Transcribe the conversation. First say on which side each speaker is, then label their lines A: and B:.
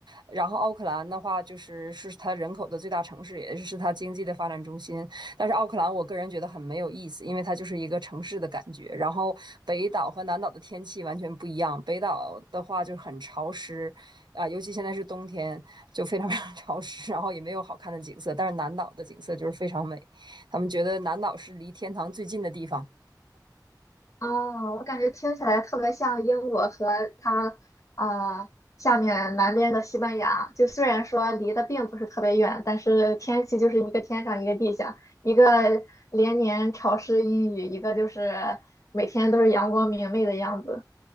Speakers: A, on the right (about 80°); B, on the left (about 45°).
A: 然后奥克兰的话，就是是它人口的最大城市，也是它经济的发展中心。但是奥克兰，我个人觉得很没有意思，因为它就是一个城市的感觉。然后北岛和南岛的天气完全不一样，北岛的话就是很潮湿啊、尤其现在是冬天，就非常非常潮湿，然后也没有好看的景色。但是南岛的景色就是非常美。他们觉得南岛是离天堂最近的地方。
B: 哦，我感觉听起来特别像英国和它啊、呃下面南边的西班牙。就虽然说离得并不是特别远，但是天气就是一个天上一个地下，一个连年潮湿阴雨，一个就是每天都是阳光明媚的样子。